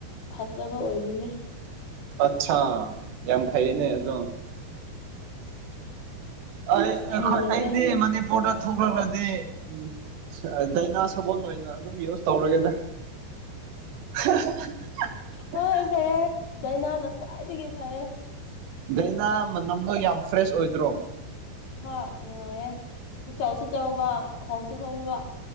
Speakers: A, on the left; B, on the right.
A: ꯐꯠꯇꯕ ꯑꯣꯏꯕꯅꯦ
B: ꯑꯆꯥꯥ ꯌꯥꯝꯦꯝ ꯈꯩꯅꯦ
A: ꯑꯗꯨꯒꯤ
B: ꯑꯗꯨꯣ ꯑꯩ
A: ꯍꯩꯃꯜꯂꯦ
B: ꯑꯩꯈꯣꯏ ꯑꯩꯗꯤ
A: ꯍꯥꯏ
B: ꯃꯅꯤꯄꯨꯔꯗ ꯆꯥꯊꯣꯛꯂꯛꯒꯗꯤ ꯎ ꯗꯥꯏꯅꯥ ꯁꯥꯕꯣꯣꯟ ꯑꯣꯏꯅ ꯑꯗꯨꯝ ꯌꯨꯁ ꯇꯧꯔꯒꯦꯗ <unintelligible>
A: ꯍꯣꯏ
B: <inaudible>
A: ꯐꯩꯌꯦ ꯗꯥꯏꯅꯥꯅ ꯈ꯭ꯋꯥꯏꯗꯒꯤ ꯐꯩ
B: ꯑꯩꯅ ꯃꯅꯝꯗꯣ ꯌꯥꯝ ꯐ꯭ꯔꯦꯁ ꯑꯣꯏꯗ꯭ꯔꯣ
A: ꯍꯣꯏ ꯅꯨꯡꯉꯥꯏꯌꯦꯦ ꯆꯥꯎꯁꯨ ꯆꯥꯎꯕ ꯍꯣꯡꯁꯨ ꯍꯣꯡꯕ